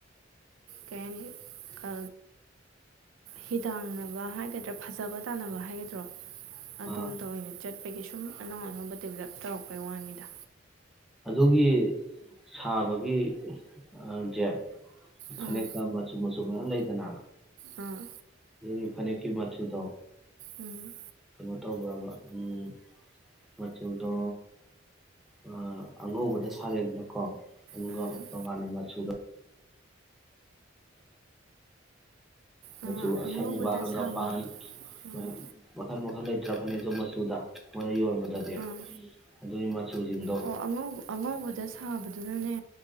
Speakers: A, on the right; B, in the centre.
A: ꯀꯩ ꯍꯥꯏꯅꯤ ꯀ ꯍꯤꯗꯥꯡꯅꯕ ꯍꯥꯏꯒꯗ꯭ꯔꯥ ꯐꯖꯕ ꯇꯥꯟꯅꯕ ꯍꯥꯏꯒꯗ꯭ꯔꯣ ꯑꯗꯣꯝꯗ
B: ꯑꯥ
A: ꯑꯣꯏꯅ ꯆꯠꯄꯒꯤ ꯁꯨꯝ ꯑꯅꯧ ꯑꯅꯧꯕ ꯗꯤꯕꯂꯞ ꯇꯧꯔꯛꯄꯩ ꯋꯥꯅꯤꯗ
B: ꯑꯗꯨꯒꯤ ꯁꯥꯕꯒꯤ ꯑ ꯖꯦ
A: ꯑꯥ
B: ꯐꯅꯦꯛꯇ ꯃꯆꯨ ꯃꯆꯨ ꯃꯌꯥꯝ ꯂꯩꯗꯅ
A: ꯑꯥ
B: <unintelligible> ꯐꯅꯦꯛꯀꯤ ꯃꯆꯨꯗꯣ
A: ꯎꯝ
B: ꯀꯩꯅꯣ ꯇꯧꯕ꯭ꯔꯕ ꯎꯝ ꯃꯆꯨꯗꯣ ꯑ ꯑꯉꯧꯕꯗ ꯁꯥꯔꯦꯗꯅꯀꯣ ꯑꯗꯨꯒ
A: ꯎꯝ
B: ꯇꯣꯉꯥꯟꯅ ꯃꯆꯨ
A: ꯑꯥ
B: ꯃꯆꯨ
A: ꯑꯉꯧꯕꯗ
B: ꯑꯁꯪꯕ ꯍꯪꯒꯥꯄꯥꯟ
A: ꯁꯥꯕ ꯎꯝ
B: <inaudible> ꯃꯈꯜ ꯃꯈꯜ ꯂꯩꯇ꯭ꯔ ꯐꯅꯦꯛꯁꯨ ꯃꯆꯨꯗ ꯃꯣꯏꯅ ꯌꯣꯟꯕꯗꯗꯤ
A: ꯑꯥ
B: ꯑꯗꯨꯒꯤ ꯃꯆꯨꯁꯤꯡꯗꯣ
A: ꯑꯣ ꯑꯉꯧꯕ ꯑꯉꯧꯕꯗ ꯁꯥꯕꯗꯨꯅꯅꯦ